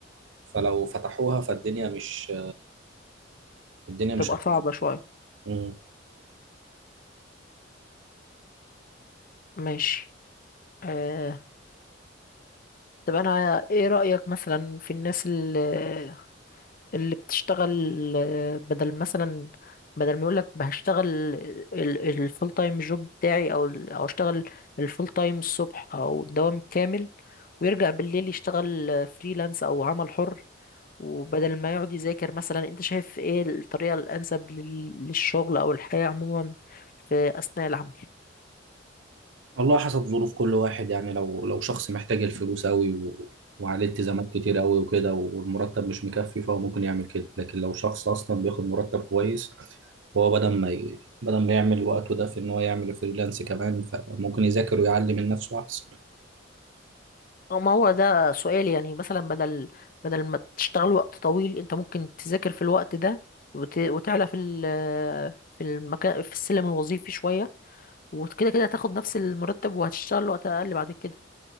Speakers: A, on the right; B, on the left.
A: فلو فتحوها فالدنيا مش الدنيا مش
B: تبقى
A: هتظبط
B: صعبة شوية
A: مم.
B: ماشي آه. طب انا ايه رأيك مثلا في الناس اللي, اللي بتشتغل آه، بدل مثلا بدل ما يقولك هشتغل الفول تايم جوب بتاعي او ال- او اشتغل الفول تايم الصبح او الدوام الكامل ويرجع بالليل يشتغل فريلانس او عمل حر وبدل ما يقعد يذاكر مثلا انت شايف ايه الطريقة الانسب لل- للشغل او الحياة عموما في اثناء العمل
A: والله حسب ظروف كل واحد يعني لو لو شخص محتاج الفلوس قوي و... وعليه التزامات كتير قوي وكده والمرتب مش مكفي فهو ممكن يعمل كده لكن لو شخص اصلا بياخد مرتب كويس هو بدل ما ي... بدل ما يعمل وقته ده في ان هو يعمل فريلانس كمان فممكن يذاكر ويعلي من نفسه احسن
B: أو ما هو ده سؤال يعني مثلا بدل بدل ما تشتغل وقت طويل انت ممكن تذاكر في الوقت ده وت... وتعلى في ال... في المكان في السلم الوظيفي شوية وكده كده هتاخد نفس المرتب وهتشتغل وقت اقل بعد كده